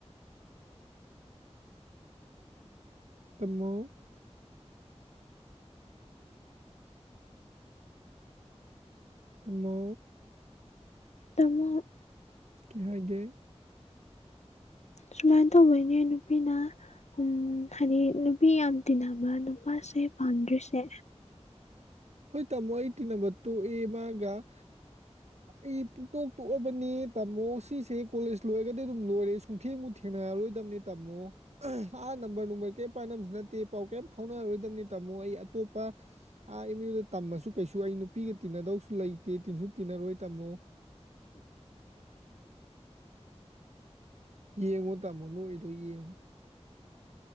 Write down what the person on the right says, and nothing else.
ꯇꯥꯃꯣ ꯇꯥꯃꯣ
ꯀꯩ ꯍꯥꯏꯒꯦ
ꯍꯣꯏ ꯇꯥꯃꯣ ꯑꯩ ꯇꯤꯟꯅꯕ ꯇꯣꯛꯑꯦ ꯃꯥꯒ ꯑꯩ ꯄꯨꯛꯇꯣꯛ ꯇꯣꯛꯑꯕꯅꯤ ꯇꯥꯃꯣ ꯁꯤꯁꯦ ꯀꯣꯂꯦꯖ ꯂꯣꯏꯔꯒꯗꯤ ꯑꯗꯨꯝ ꯂꯣꯏꯔꯦ ꯁꯨꯡꯊꯦꯡꯃꯨꯛ ꯊꯦꯡꯅꯔꯔꯣꯏꯗꯕꯅꯤ ꯇꯥꯃꯣ ꯑꯥ ꯅꯝꯕꯔ ꯅꯨꯡꯕꯔ ꯀꯔꯤꯝ ꯄꯥꯏꯅꯕꯁꯨ ꯅꯠꯇꯦ ꯄꯥꯎ ꯀꯔꯤꯝ ꯐꯥꯎꯅꯔꯔꯣꯏꯗꯕꯅꯤ ꯇꯥꯃꯣ ꯑꯩ ꯑꯇꯣꯞꯄ ꯅꯣꯏꯅ ꯇꯝꯃꯁꯨ ꯀꯩꯁꯨ ꯑꯩ ꯅꯨꯄꯤꯒ ꯇꯤꯟꯅꯗꯧꯁꯨ ꯂꯩꯇꯦ ꯇꯤꯟꯁꯨ ꯇꯤꯟꯅꯔꯣꯏ ꯇꯥꯃꯣ ꯌꯦꯡꯉꯣ ꯇꯥꯃꯣ ꯅꯣꯏꯗꯨ ꯌꯦꯡꯉꯨ